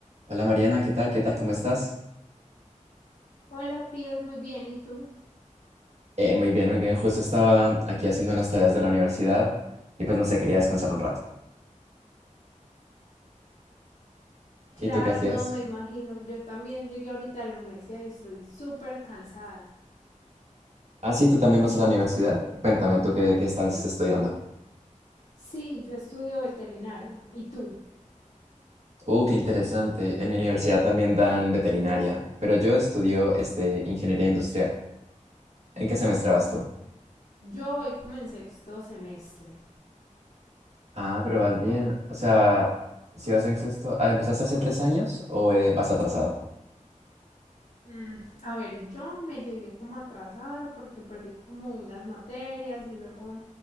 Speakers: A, on the right; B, on the left.
A: Hola Mariana, ¿qué tal? ¿Qué tal? ¿Cómo estás?
B: Hola, críos, muy bien. ¿Y tú?
A: Eh, muy bien, muy bien. Justo estaba aquí haciendo unas tareas de la universidad y pues no sé, quería descansar un rato.
B: Claro,
A: ¿Y tú qué hacías?
B: no, me imagino. Yo también llegué ahorita de la universidad y estoy súper cansada.
A: Ah, sí, tú también vas a la universidad. Cuéntame, ¿tú qué, qué estás estudiando?
B: Sí, yo estudio veterinaria. ¿Y tú?
A: Uh, qué interesante. En mi universidad también dan veterinaria, pero yo estudio este, ingeniería industrial. ¿En qué semestre vas tú?
B: Yo hoy comencé sexto semestre.
A: Ah, pero vas bien. O sea, si vas en sexto, ah, ¿empezaste hace tres años o eh, vas atrasada?
B: Mm, A ver, yo me llegué como a atrasar porque perdí como unas materias y luego